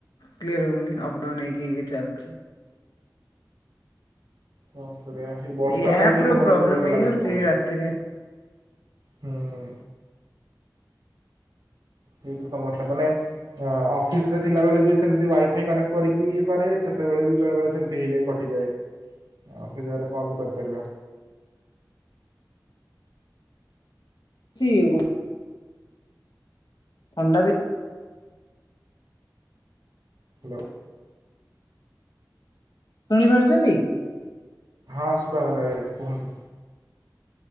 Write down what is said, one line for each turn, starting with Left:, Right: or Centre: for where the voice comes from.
Left: କ୍ଲିୟର ହଉନି ଅବଡାଉନ୍ ହେଇକି କି ଚାଲିଛି।
Right: କଣ କରିବା ଏ ବର୍ଷା
Left: ଏଇ
Right: ପାଇଁ
Left: ଆପ୍
Right: କି ଏ
Left: ର
Right: ସମସ୍ୟା
Left: ପ୍ରୋବ୍ଲେମ
Right: ସବୁ ମତେ
Left: ହେଇଯାଉଛି
Right: ଲାଗୁଛି ହଉଛି।
Left: ରାତିରେ
Right: ହୁଁ ଏଇଠୁ ସମସ୍ୟା ମାନେ ଅଫିସ ରେ ଥିଲାବେଳେ ବି ସେମିତି ୱାଇଫାଇ କନେକ୍ଟ କରିକି ବି ଇଏ କରେ ସେତେବେଳେ ବି ବେଳେ ବଳେ ସେମିତି ହେଇଯାଏ କଟିଯାଏ। ଆଉ ଅଫିସି ଜାଗାରେ କଣ ବି କରିପାରିବା।
Left: ଚି ଗୋଡ଼ ଅଣ୍ଡା ବି
Right: ହାଲୋ
Left: ଶୁଣି ପାରୁଛନ୍ତି?
Right: ହଁ ଶୁଭ ଗଲା ଏବେ କୁହନ୍ତୁ?